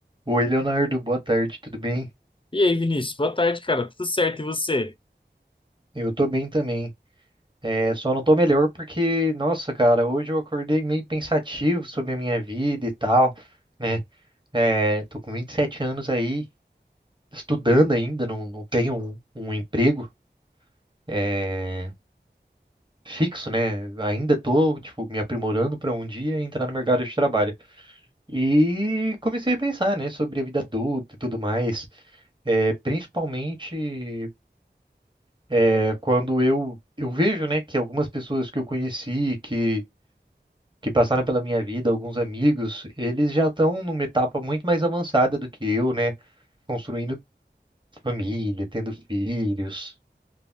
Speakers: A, on the right (about 25°); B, on the left (about 30°).
A: Oi, Leonardo, boa tarde, tudo bem?
B: E aí, Vinícius, boa tarde, cara. Tudo certo, e você?
A: Eu tô bem também. É, só não tô melhor porque, nossa, cara, hoje eu acordei meio pensativo sobre a minha vida e tal, né? É, tô com 27 anos aí, estudando ainda, não, não tenho um, um emprego é, fixo, né? Ainda tô, tipo, me aprimorando pra um dia entrar no mercado de trabalho. E comecei a pensar, né, sobre a vida adulta e tudo mais, é, principalmente É, quando eu, eu vejo, né, que algumas pessoas que eu conheci, que, que passaram pela minha vida, alguns amigos, eles já estão numa etapa muito mais avançada do que eu, né, construindo família, tendo filhos,